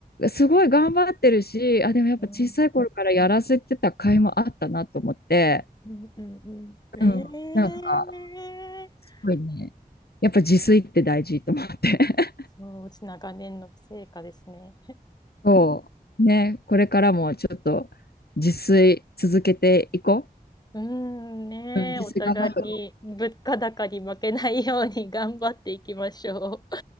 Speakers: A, on the left; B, on the left.
A: すごい頑張ってるし、あ、でもやっぱ小さい頃からやらせてた甲斐もあったなと思って、
B: うん。うんうんうんすごいう
A: うん、なんか、
B: んうんうんうん素晴らしい
A: すごいね、やっぱ自炊って大事と思って。<laughs>
B: すごうんいええ。そう、うち長年の成果ですね。
A: そう、<laughs> ね、これからもちょっと自炊続けていこ
B: うーんねえ、
A: う。うん、自炊頑張って。
B: お互いに物価高に負けないように頑張っていきましょう。